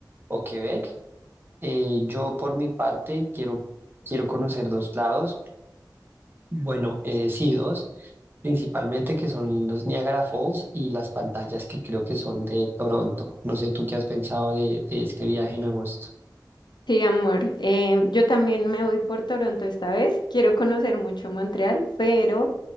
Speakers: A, on the right (about 30°); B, on the left (about 70°).
A: o Quebec eh, yo por mi parte quiero, quiero conocer dos lados. Bueno, eh, sí, dos, principalmente que son los Niagara Falls y las pantallas que creo que son de Toronto. No sé tú qué has pensado de, de este viaje en agosto.
B: Sí, amor. Eh, yo también me voy por Toronto esta vez. Quiero conocer mucho Montreal, pero